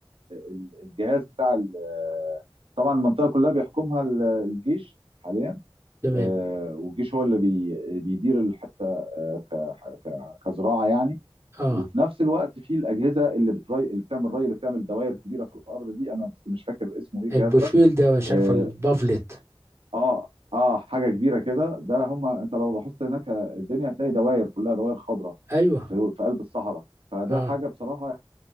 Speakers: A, on the right; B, on the right.
A: ال- الجهاز بتاع ال- طبعا المنطقه كلها بيحكمها ال- الجيش حاليا
B: تمام
A: آه، والجيش هو اللي بي- بيدير الحته آه، ك- ك- كزراعه يعني
B: اه
A: وفي نفس الوقت في الاجهزه اللي بتري اللي بتعمل ري اللي بتعمل دوائر كبيره في الارض دي انا بس مش فاكر اسمه ايه الجهاز
B: البوفيل
A: ده
B: ده مش
A: آه،
B: عارف البافلت
A: اه اه حاجه كبيره كده ده هم انت لو لاحظت هناك الدنيا هتلاقي دوائر كلها دوائر خضراء
B: ايوه
A: في في قلب الصحراء فده
B: اه
A: حاجه بصراحه